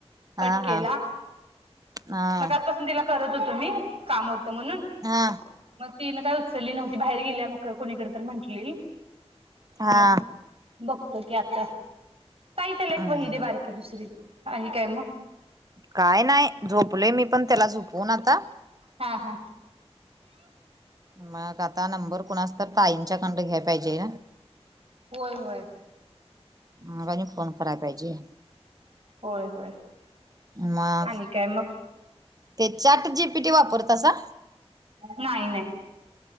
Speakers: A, on the right (about 60°); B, on the right (about 35°).
A: कट
B: हा
A: केला,
B: हा हा
A: मगासपासून तिला करत होतो मी काम होतं म्हणून
B: हा.
A: मग ती काय उचलली नव्हती बाहेर गेल्या मग कुणीकडे तर म्हटलेली.
B: हा
A: मग बघतो की आता, ताई त्याला एक
B: हम्म
A: वही दे बारकी. दुसरी तू, आणि काय मगं?
B: काय नाही झोपलय मी पण त्याला झोपवून आता.
A: हा हा.
B: मग आता नंबर कुणाच तर ताईंच्या कडणं घ्याय पाहिजे.
A: होय होय.
B: मग आणि फोन कराय पाहिजे.
A: होय होय
B: मगं
A: आणि काय मग
B: ते चाट जीपीटी वापरतसा
A: नाही नाही